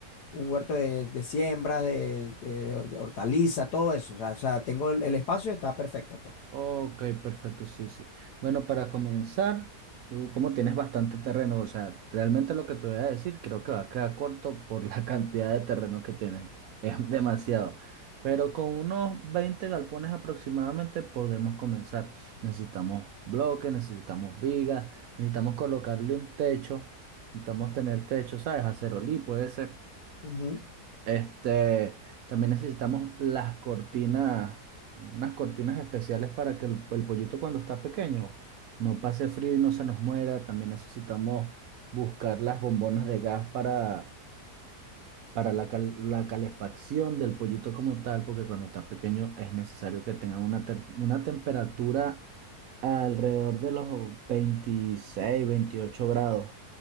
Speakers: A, on the left (about 80°); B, on the right (about 70°).
A: un huerto de, de siembras, de, de, de hortalizas, todo eso. O sea, o sea, tengo el, el espacio, está perfecto, pues.
B: Ok, perfecto, sí, sí. Bueno, para comenzar, tú como tienes bastante terreno, o sea, realmente lo que te voy a decir creo que va a quedar corto por la <laughs> cantidad de terreno que tienes. Es demasiado. Pero con unos 20 galpones aproximadamente podemos comenzar. Necesitamos bloques, necesitamos vigas, necesitamos colocarle un techo, necesitamos tener techo, ¿sabes? Acerolí puede ser.
A: Ujú.
B: Este, también necesitamos las cortinas, unas cortinas especiales para que el, el pollito cuando está pequeño no pase frío y no se nos muera. También necesitamos buscar las bombonas de gas para, para la, cal- la calefacción del pollito como tal, porque cuando está pequeño es necesario que tenga una, tem- una temperatura alrededor de los 26 28 grados.